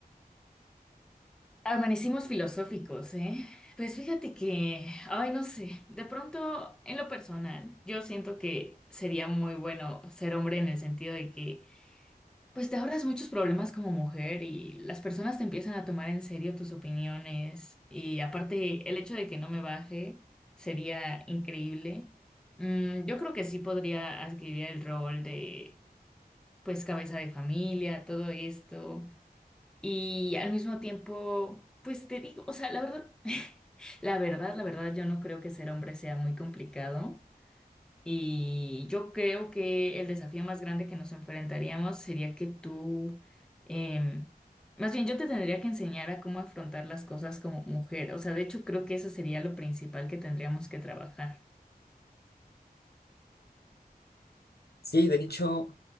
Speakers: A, in the centre; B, on the left.
A: Amanecimos filosóficos, ¿eh? Pues fíjate que, ay, no sé, de pronto en lo personal, yo siento que sería muy bueno ser hombre en el sentido de que, pues te ahorras muchos problemas como mujer y las personas te empiezan a tomar en serio tus opiniones y aparte el hecho de que no me baje sería increíble. Mm, yo creo que sí podría adquirir el rol de, pues, cabeza de familia, todo esto. Y al mismo tiempo, pues te digo, o sea, la verdad, <laughs> la verdad, la verdad, yo no creo que ser hombre sea muy complicado. Y yo creo que el desafío más grande que nos enfrentaríamos sería que tú, em, más bien yo te tendría que enseñar a cómo afrontar las cosas como mujer. O sea, de hecho creo que eso sería lo principal que tendríamos que trabajar.
B: Sí, de hecho,